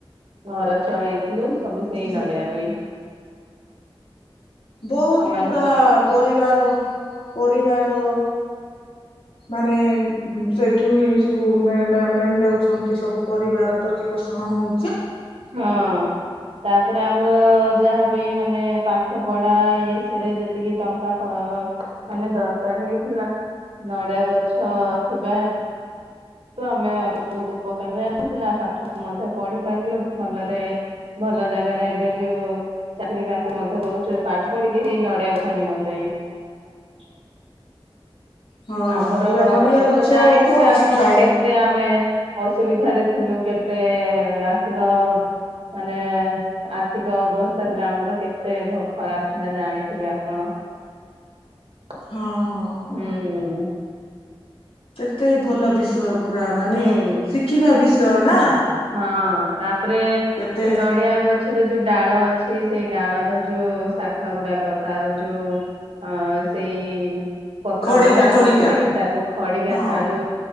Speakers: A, on the right; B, on the left.
A: ଘର ଚଳେଇଥିଲୁ ସବୁ ସେଇ
B: ବ
A: ନଡିଆରୁ ହିଁ
B: ବହୁତ
A: ଆମ
B: ପୁରା ମାନେ ସେଠୁ ହିଁ ସବୁ ମେ ମେ ମେଣ୍ଟଉଛନ୍ତି ସବୁ ପରିବାର ପ୍ରତିପୋଷଣ ହଉ
A: ହଁ ତାପରେ ଆମର ଯାହାବି ମା ମାନେ ପାଠପଢା ଇ ସେରେ ଯେତିକି ଟଙ୍କା ମାନେ ଦରକାର ହେଇଥିଲା ନଡିଆ ଗଛ ଥିବା ତ ଆମେ ବହୁତ ଉପକାରରେ ଆସିଲା ପାଠ ମଧ୍ୟ ପଢି ପାରିଲୁ ଭଲରେ ଭଲ ଜାଗାରେ ଏବେ ଯୋଉ ଚାକିରୀ ବାକିରି ମଧ୍ୟ କରୁଚୁ ପାଠ ପଢିକି ସେଇ ନଡିଆ ଗଛ ନିମନ୍ତେ। <unintelligible>
B: ହଁ
A: ଆମର
B: ପୁରା ନଡିଆ ଗଛ
A: ତ ଜାଣିଥିବେ
B: କଣ
A: ଆପଣ
B: ଶିଖାଏ
A: କେତେ ଆମେ ଅସ୍ ସୁବିଧାରେ ଥିଲୁ କେତେ ଆସିବ ମାନେ ଆର୍ଥିକ ଅବସ୍ଥା ଥିଲା ଆମର କେତେ ଖରାପ ଥିଲା ଜାଣିଥିବେ ଆପଣ। <unintelligible>
B: ହଁ ହଁ। ହଁ
A: ହୁଁ।
B: କେତେ ଭଲ ବିଷୟ ପୁରା ମାନେ
A: ହୁଁ।
B: ଶିଖିବା ବିଷୟ ନା।
A: ହଁ ତାପରେ
B: କେତେ
A: ସେ ନଡିଆ ଗଛର ଯୋଉ ଡାଳ ଅଛି ସେଇ ଡାଳର ଯୋଉ ଶାଖା ଗୁଡାକ ତାର ଯୋଉ ଅ ସେଇ ପତ୍ର
B: ଖଡିକା
A: ବାହାର
B: ଖଡିକା
A: କରିକି ତାକୁ ଖଡିକା
B: ହଁ
A: ଝାଡୁ